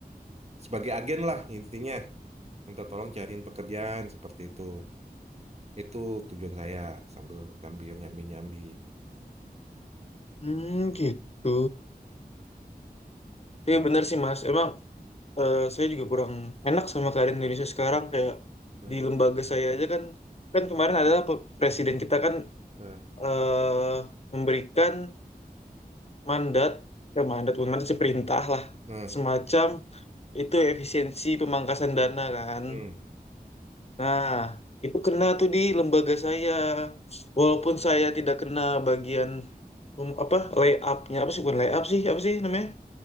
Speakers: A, on the right; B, on the left.
A: sebagai agen lah intinya minta tolong cariin pekerjaan seperti itu. Itu tujuan saya sambil sambil nyambi-nyambi
B: Hmm, gitu.
A: gitu.
B: Iya benar sih Mas. Emang eh, saya juga kurang enak sama keadaan Indonesia sekarang kayak
A: Nah,
B: di lembaga saya aja kan kan kemarin adalah pe- presiden kita kan
A: nah,
B: eh, memberikan mandat eh, mandat bukan mandat sih perintah lah
A: nah,
B: semacam itu efisiensi pemangkasan dana kan.
A: hmm,
B: Nah, itu kena tuh di lembaga saya walaupun saya tidak kena bagian um, apa layupnya apa sih bukan layup sih apa sih namanya